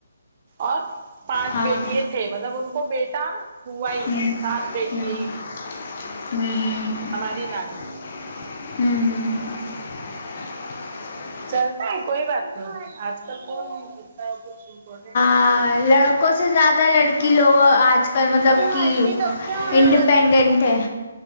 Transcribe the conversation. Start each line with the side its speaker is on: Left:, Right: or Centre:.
Right: اور پانچ
Left: ہاں
Right: بیٹیے
Left: ہوں
Right: تھے مطلب ان کو بیٹا ہوا ہی نہیں
Left: ہوں
Right: سات بیٹی
Left: ہوں
Right: ہی ہوئے
Left: ہوں ہ
Right: ہماری نانی کو
Left: ہوں
Right: چلتا ہے کوئی بات نہیں آج کل کون اںتا کچھ امپٹینٹ نہیں
Left: ہالڑکوں
Right: ہے لائف کا
Left: سے زیادہ لڑکی کہ لوگ آج کل مطلب
Right: یہ ہلدی
Left: کہ
Right: تب سے ہونے
Left: انڈیپینڈنٹ ہیں